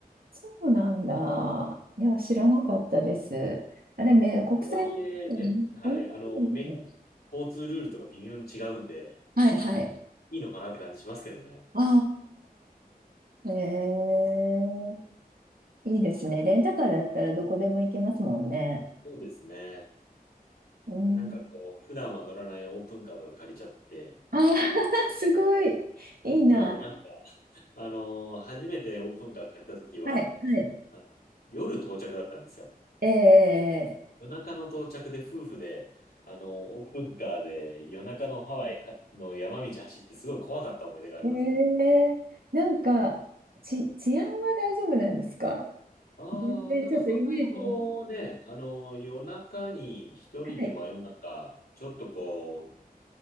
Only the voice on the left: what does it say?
とはいえ、ね、はい、あの、免、交通ルールとか微妙に違うんで、
いいのかなって感じしますけどね。
そうですね。
なんかこう、普段は乗らないオープンカーとか借りちゃって、
でもなんか、あの、初めてオープンカー借りた時は、
あの夜到着だったんですよ。
夜中の到着で夫婦で、あの、オープンカーで夜中のハワイの山道走ってすごい怖かった思い出がありますね。
ああ、
なんかそんなにこうね、
あの、夜中に一人で真夜中、
ちょっとこう、